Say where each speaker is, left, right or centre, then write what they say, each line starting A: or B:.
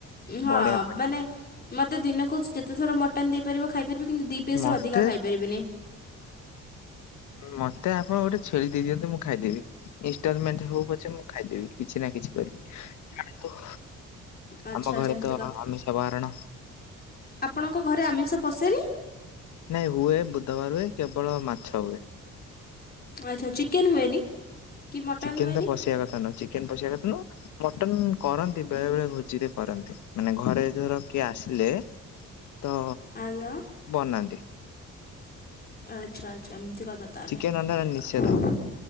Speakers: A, on the left (about 30°); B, on the left (about 75°).
A: ହଁ
B: ବଢିଆ
A: ମାନେ ମତେ ଦିନକୁ ଯେତେଥର ମଟ ନ ଦେଇପାରିବ ଖାଇପାରିବ କିନ୍ତୁ ଦୁଇ
B: ବଢିଆ
A: ପିସରୁ
B: ମତେ
A: ଅଧିକ ଖାଇପାରିବିନି।
B: ମତେ ଆପଣ ଗୋଟେ ଛେଳି ଦେଇଦିଅନ୍ତୁ ମୁଁ ଖାଇଦେବି। ଇନଷ୍ଟଲମେଣ୍ଟ ହଉ ପଛେ ମୁଁ ଖାଇଦେବି କିଛି ନା କିଛି କରିବି।
A: ଆଚ୍ଛା
B: ଆମ
A: ଆଚ୍ଛା
B: ଘରେ
A: ଏମିତି
B: ତ
A: କଥା
B: ଆମେ ସବାହରଣା।
A: ଆପଣଙ୍କ ଘରେ ଆମିଷ ପଶେ
B: ନାଇଁ ହୁଏ ବୁଧବାର ହୁଏ କେବଳ ମାଛ ହୁଏ।
A: ଆଚ୍ଛା ଚିକେନ ହୁଏନି? କି ମଟନ୍
B: ଚିକେନ
A: ହୁଏନି
B: ତ ପଶିବା କଥା ନହ ଚିକେନ ପଶିବା କଥା ନୁହଁ। ମଟନ କରନ୍ତି ବେଳେ ବେଳେ ଭୋଜିରେ କରନ୍ତି ମାନେ ଘରେ ଯେତଳେ କିଏ ଆସିଲେ ତ
A: ଆଜ୍ଞା
B: ବନାନ୍ତି।
A: ଆଚ୍ଛା ଆଚ୍ଛା ଏମତି କଥା ତାହେଲେ
B: ଚିକେନ ଅଣ୍ଡା ନିଷେଧ